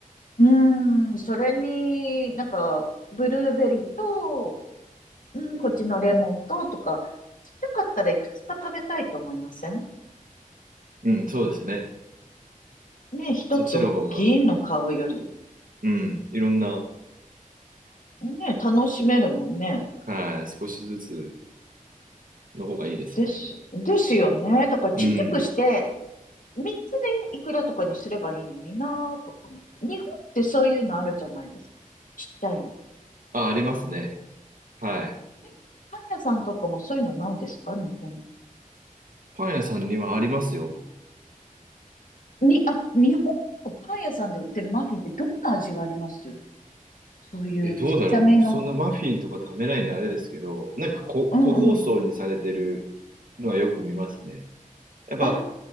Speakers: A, on the left (about 70°); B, on the right (about 75°).
A: うーん、それになんか、ブルーベリーと、うん、こっちのレモンととか、ちっちゃかったらいくつか食べたいと思いません
B: うん、そうですね。
A: ね、一つ大きいの買うより、
B: そっちの方が、うん、いろんな、
A: ね、楽しめるもんね。
B: はい、少しずつの方がいいですね。
A: です、ですよね。だからちっちゃくして、
B: うん。
A: 3つでいくらとかにすればいいのになぁとか思って。日本ってそういうのあるじゃないですか。ちっちゃいの。
B: あ、ありますね。
A: よく。
B: はい。
A: ね。パン屋さんとかもそういうのないですか日本。
B: パン屋さんにはありますよ。
A: に、あ、日本のパン屋さんで売ってるマフィンってどんな味がありますそういうちっちゃめの。
B: え、どうだろう僕そんなマフィンとか食べないんであれですけど、なんかこ、
A: うんうん。
B: 個包装にされてるのはよく見ますね。やっぱ、
A: あ、